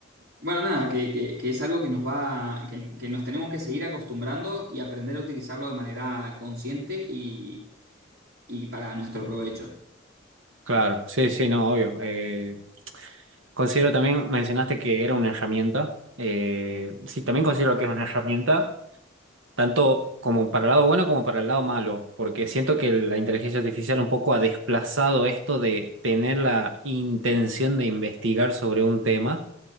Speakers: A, on the right; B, on the right.
A: bueno, nada, que, que- que es algo que nos va, que, que nos tenemos que seguir acostumbrando y aprender a utilizarlo de manera consciente y, y para nuestro provecho.
B: Claro. Sí, sí, no, obvio. Eh, Considero también, mencionaste que era una herramienta. eh, sí, también considero que es una herramienta tanto como para el lado bueno como para el lado malo, porque siento que la inteligencia artificial un poco ha desplazado esto de tener la intención de investigar sobre un tema